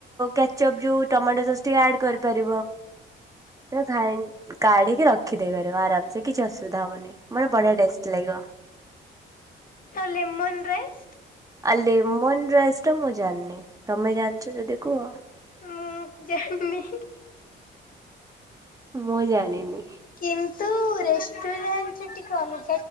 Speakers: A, on the right (about 15°); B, on the left (about 45°).
A: ଚପଜୁ ଟମାଟୋ ସସ୍ ଟିକେ ଆଡ୍ କରିପାରିବ ଖାଇ କାଢ଼ିକି ରଖିଦେଇ ପାରିବ ଆରାମସେ କିଛି ଅସୁବିଧା ହେବନି ମୋତେ ବଢ଼ିଆ ଟେଷ୍ଟ ଲାଗିବ।
B: ହ ଲେମନ ରାଇସ୍
A: ଆ ଲେମନରାଇସି ଟା ମୁଁ ଜାଣିନି ତମେ ଜାଣିଛ ଯଦି କୁହ?
B: ମୁଁ ଜାଣିନି।
A: ମୁଁ ଜାଣିନି।
B: କିନ୍ତୁ ରେଷ୍ଟୁରାଣ୍ଟ ଟିକେ ଅଲ